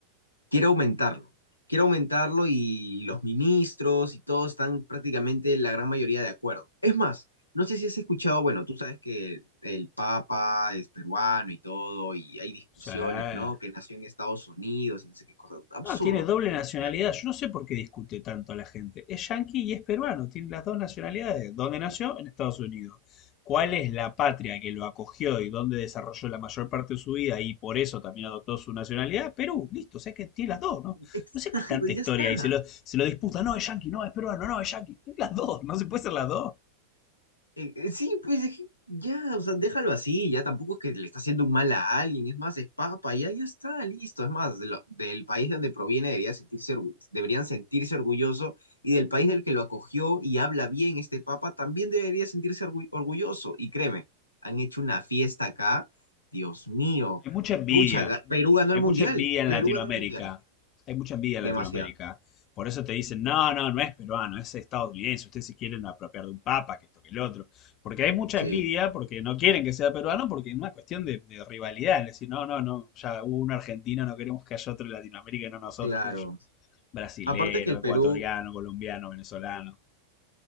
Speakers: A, on the left (about 80°); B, on the left (about 35°).
A: quiere aumentarlo. Quiere aumentarlo y los ministros y todos están prácticamente la gran mayoría de acuerdo. Es más, no sé si has escuchado, bueno, tú sabes que el Papa es peruano y todo, y hay discusiones,
B: sea,
A: ¿no? Que nació en Estados Unidos y no sé qué cosa. Absurdo.
B: No, tiene doble nacionalidad.
A: Ya,
B: Yo no sé por qué discute tanto a la gente. Es yanqui y es peruano. Tiene las dos nacionalidades. ¿Dónde nació? En Estados Unidos. ¿Cuál es la patria que lo acogió y dónde desarrolló la mayor parte de su vida y por eso también adoptó su nacionalidad? Perú, listo, o sea que tiene las dos, ¿no?
A: <laughs> exacto,
B: No sé qué tanta historia
A: ya está.
B: hay, se lo, se lo disputa, no, es yanqui, no, es peruano, no, es yanqui. Las dos, no se puede ser las dos.
A: Eh, eh, sí, pues es que ya, o sea, déjalo así, ya tampoco es que le está haciendo un mal a alguien, es más, es papa, ya, ya está, listo, es más, de lo- del país de donde proviene debería sentirse, orgu- deberían sentirse orgulloso y del país del que lo acogió y habla bien este papa también debería sentirse orgu- orgulloso y créeme, han hecho una fiesta acá, Dios mío,
B: Hay mucha envidia,
A: pucha, ga- Perú ganó
B: hay
A: el mundial,
B: mucha envidia en
A: Perú
B: Latinoamérica,
A: ganó el mundial,
B: hay mucha envidia en
A: demasiado,
B: Latinoamérica. Por eso te dicen, no, no, no es peruano, es estadounidense, ustedes se quieren apropiar de un papa, que esto, que el otro. Porque hay mucha
A: sí,
B: envidia, porque no quieren que sea peruano, porque es una cuestión de, de rivalidad. Es decir, no, no, no, ya hubo un argentino, no queremos que haya otro en Latinoamérica y no nosotros,
A: claro,
B: qué sé yo. Brasilero,
A: aparte que el
B: ecuatoriano,
A: Perú...
B: colombiano, venezolano.